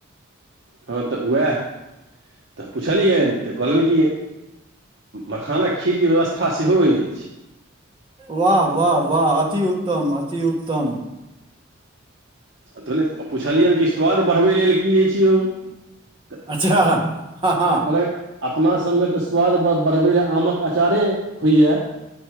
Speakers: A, on the right; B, on the right.
A: हँ तऽ वैह <inaudible> तऽ पुछलियैन तऽ कहलन कि मखानक खीर केँ व्यवस्था सेहो ऐछ
B: वाह वाह वाह अतिउत्तम अतिउत्तम
A: धले आ पुछलियन कि स्वाद बड़बै लेल की ऐछ यौ <inaudible> तऽ
B: अच्छा हँ हँ
A: कहलक अपना सब में तऽ स्वाद ब बढ़बै लऽ आम कऽ अँचारे होइ यऽ